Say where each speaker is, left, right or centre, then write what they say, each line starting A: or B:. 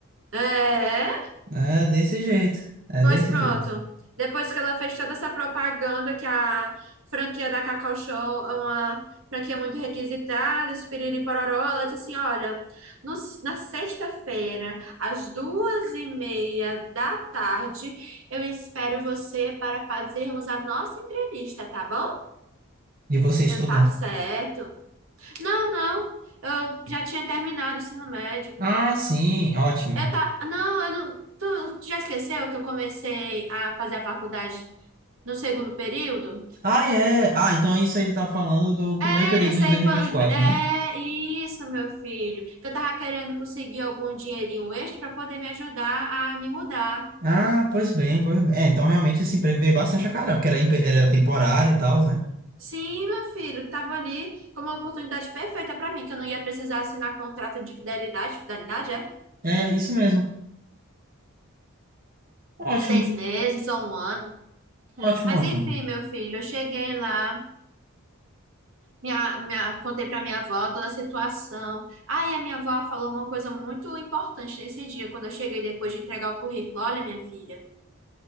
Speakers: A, on the right; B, on the right.
A: É.
B: É desse jeito, é
A: Pois
B: desse
A: pronto.
B: jeito.
A: Depois que ela fez toda essa propaganda que a franquia da Cacau Show é uma franquia muito requisitada, esse piriri pororó, ela disse assim, olha, no- na sexta-feira, às duas e meia da tarde, eu espero você para fazermos a nossa entrevista, tá bom?
B: E você estuda?
A: Eu, tá certo. Não, não, eu já tinha terminado o ensino médio.
B: Ah, sim, ótimo.
A: Eu tá, não, eu não, tu, tu já esqueceu que eu comecei a fazer a faculdade No segundo período?
B: Ah, é. Ah, então é isso aí você tá falando do
A: Era
B: primeiro período
A: isso
B: de
A: aí,
B: 2024,
A: fa- é
B: né?
A: isso, meu filho. Que eu tava querendo conseguir algum dinheirinho extra para poder me ajudar a me mudar.
B: Ah, pois bem, pois bem. É, então realmente esse emprego veio bastante a calhar, porque era, empe- era temporário e tal, né?
A: Sim, meu filho, tava ali como uma oportunidade perfeita para mim, que eu não ia precisar assinar contrato de fidelidade, fidelidade é?
B: É, isso mesmo. Ótimo,
A: Por seis meses ou um ano.
B: ótimo,
A: Mas
B: ótimo.
A: enfim, meu filho, eu cheguei lá, minha, minha, contei para minha avó toda a situação. Aí a minha avó falou uma coisa muito importante nesse dia, quando eu cheguei depois de entregar o currículo. Olha, minha filha.